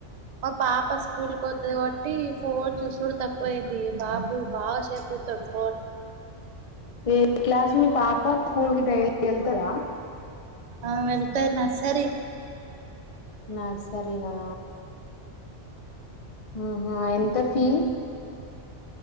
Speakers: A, on the right (about 45°); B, on the left (about 35°).
A: మా పాప స్కూల్కి పోతది కావట్టి ఫోన్ చూసుడు తక్కువయింది బా బు బాగా షేపు జూతడు ఫోను
B: ఏ క్లాస్ మీ పాప స్కూల్ కి డైలీ ఎళ్తద
A: ఆ వెళ్తది నర్సరి
B: నర్సరినా ఉహూ ఎంత ఫీ